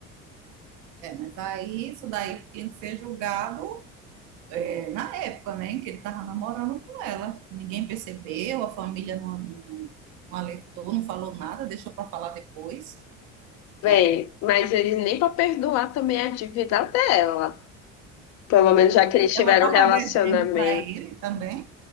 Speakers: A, on the right; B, on the left.
A: É, mas aí isso daí tinha que ser julgado é, na época, né, em que ele estava namorando com ela. Ninguém percebeu, a família não, não, não alertou, não falou nada, deixou para falar depois, né?
B: Bem, mas ele nem para perdoar também a dívida dela. Pelo menos já que eles
A: Ela
B: tiveram
A: estava
B: um relacionamento.
A: devendo para ele também.